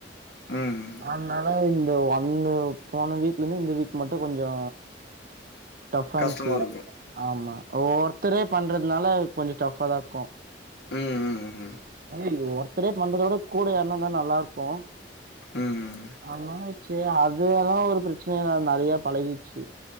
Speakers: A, on the left; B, on the right.
A: ம்.
B: அதனால இந்த ஒன்னு போன வீக்ல இருந்து இந்த வீக் மட்டு கொஞ்சோ டஃப்
A: கஷ்டமா
B: இருச்சி
A: இருக்கும்.
B: ஆமா ஒருத்தரே பண்றதுனால கொஞ்சோ டஃப தா இருக்கு
A: ம் ம் ம் ம்
B: <unintelligible> ஒருத்தரே பண்றதோட கூட யார்னாருந்த நல்லா இருக்கு
A: ம்,
B: அதனால செரி அதுவெல்லா ஒரு ப்ரச்சனைல்ல அது நெறைய பழகிச்சு